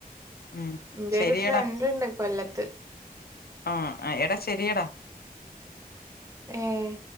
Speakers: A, on the left; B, on the right.
A: ഉം
B: ന്റെരു
A: ശരിയടാ
B: ഫ്രണ്ട്ണ്ട് കൊല്ലത്ത്
A: ആഹ് ആഹ് എടാ ശെരിയടാ
B: ഏഹ്